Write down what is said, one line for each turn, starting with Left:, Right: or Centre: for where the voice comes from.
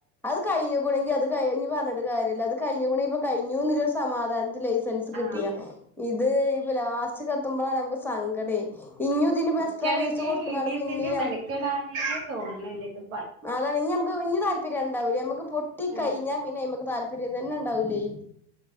Centre: അത് കഴിഞ്ഞുക്കുണെങ്കി അത് കഴിഞ്ഞ് ഇഞ്ഞി പറഞ്ഞിട്ട് കാര്യല്ല അത് കഴിഞ്ഞുക്കുണെങ്കി ഇപ്പ കഴിഞ്ഞൂന്നുള്ളൊരു സമാധാനത്തില് ലൈസ സെൻസ് കിട്ടിയ
Right: ആഹ്
Centre: ഇത് ഇപ്പൊ ലാസ്റ്റ് ക്കെത്തുമ്പളാണ് നമുക്ക് സങ്കടേ ഇഞ്ഞും ഇതിനിപ്പോ
Right: വിക്കാണെങ്കി
Centre: എക്സ്ട്രാ പൈസ കൊടുത്ത്ങ്ങാണ്ട്
Right: ഇനി
Centre: പിന്നിം
Right: ഇതിന് മനക്കെടാനേ തോന്നണില്ലട്ടോ
Centre: അതാണ് ഇനി നമ്മക്ക് ഇനി താല്പര്യം ഇണ്ടാവില്ല നമ്മക്ക് പൊട്ടി
Right: ആഹ്
Centre: കഴിഞ്ഞാ പിന്നെ നമ്മക്ക് താല്പര്യം തന്നെണ്ടാ വൂലെയ്